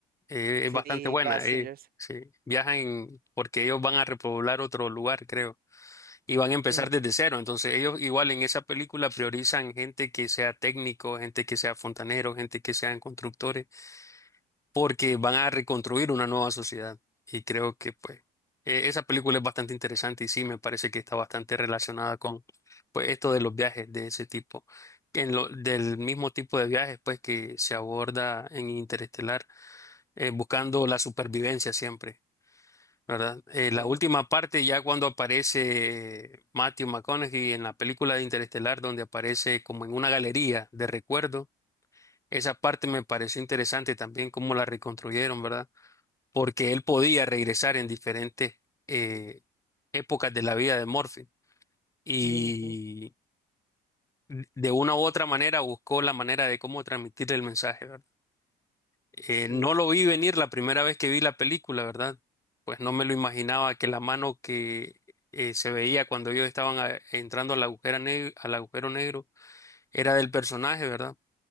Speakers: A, on the left (about 20°); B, on the right (about 60°).
A: eh,
B: Sí,
A: es bastante buena,
B: Passengers.
A: eh, sí. Viajan en- porque ellos van a repoblar otro lugar, creo, y van a empezar
B: Ujú,
A: desde cero, entonces ellos igual en esa película priorizan gente que sea técnico, gente que sea fontanero, gente que sean constructores porque van a reconstruir una nueva sociedad. Y creo que pues e- esa película es bastante interesante y sí me parece que está bastante relacionada con pues esto de los viajes de ese tipo, que en lo, del mismo tipo de viajes pues que se aborda en Interestelar, eh, buscando la supervivencia siempre. ¿Verdad? Eh,
B: sí.
A: la última parte, ya cuando aparece Matthew McConaughey en la película de Interestelar, donde aparece como en una galería de recuerdo, esa parte me pareció interesante también, cómo la reconstruyeron, ¿verdad? porque él podía regresar en diferentes eh, épocas de la vida de Morphy y
B: ujú,
A: de una u otra manera buscó la manera de cómo transmitirle el mensaje, ¿verdad? Eh,
B: sí.
A: no lo vi venir la primera vez que vi la película, ¿verdad? Pues no me lo imaginaba que la mano que eh, se veía cuando ellos estaban a- entrando al agujero negro, al agujero negro era del personaje, ¿verdad?